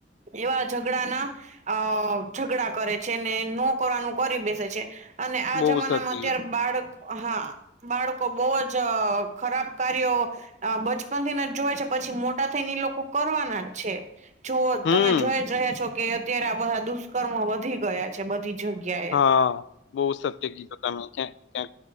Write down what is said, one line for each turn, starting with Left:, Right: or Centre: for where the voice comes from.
Right: એવા ઝઘડા ના અ ઝઘડા કરે છે ને નો કરવાનું કરી બેસે છે. અને આ
Left: બહુ
Right: જમાનામાં
Left: સતી
Right: અત્યારે બાળક હા બાળકો બહ જ ખરાબ કાર્યો બચપન થીને જ જોય છે પછી મોટા થઈ ને લોકો કરવાના જ છે. જો
Left: હમ
Right: તમે જોઈ જ રહ્યા છો કે અત્યારે આ બધા દુષ્કર્મો વધી ગયા છે બધી જગ્યાએ.
Left: હા બહ સત્ય ગીત તમે ક્યાં